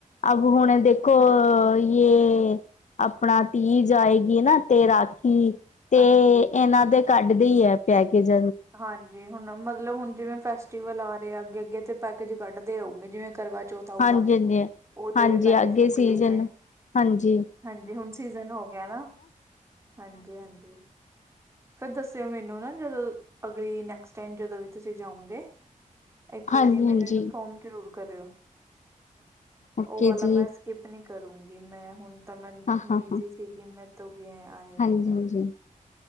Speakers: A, on the left; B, on the right.
A: ਅਬ ਹੁਣੇ ਦੇਖੋ।
B: ਅੱਛਾ
A: ਇਹ ਆਪਣਾ ਤੀਜ ਆਏਗੀ ਨਾ, ਤੇ ਰਾਖੀ। ਤੇ
B: ਹਾਂਜੀ
A: ਇਹਨਾਂ ਦੇ ਕੱਢਦੇ ਹੈ ਪੈਕੇਜ।
B: ਹਾਂਜੀ, ਹੁਣ ਮਤਲਬ ਹੁਣ ਜਿਵੇਂ ਫੈਸਟੀਵਲ ਆ ਰਹੇ ਅੱਗੇ-ਅੱਗੇ ਤੇ ਪੈਕੇਜ ਕੱਢਦੇ ਹਓਗੇ ਜਿਵੇਂ ਕਰਵਾ ਜੋਤ ਆਊਗਾ
A: ਹਾਂਜੀ ਹਾਂਜੀ
B: ਉਹਦੇ
A: ਹਾਂਜੀ
B: ਵੀ ਪੈਕੇਜ
A: ਅੱਗੇ
B: ਨਿਕਲੂਗੇ।
A: ਸੀਜਨ ਹਾਂਜੀ
B: ਹਾਂਜੀ ਹੁਣ ਸੀਜਨ ਹੋ ਗਿਆ ਨਾ। ਹਾਂਜੀ- ਹਾਂਜੀ। ਫੇਰ ਦੱਸਿਓ ਮੈਨੂੰ ਨਾ, ਜਦੋਂ ਅਗਲੀ ਨੈਕਸਟ ਟਾਈਮ ਜਦੋਂ ਵੀ ਤੁਸੀਂ ਜਾਓਗੇ। ਇੱਕ
A: ਹਾਂਜੀ
B: ਵਾਰੀ ਮੈਨੂੰ
A: ਹਾਂਜੀ
B: ਇਨਫੋਰਮ ਜ਼ਰੂਰ ਕਰਿਓ
A: ਓਕੇ
B: ਉਹ ਵਾਲਾ
A: ਜੀ
B: ਮੈਂ ਸਕਿਪ ਨੀ ਕਰੂੰਗੀ ਮੈਂ ਹੁਣ ਤਾਂ ਮੈ
A: ਹਾਂ ਹਾਂ
B: ਬਿਜੀ
A: ਹਾਂ
B: ਸੀਗੀ ਮੈਂ ਤੋਂ ਗਿਆ ਆਏ ਨਹੀਂ
A: ਹਾਂਜੀ
B: ਗਿਆ।
A: ਹਾਂਜੀ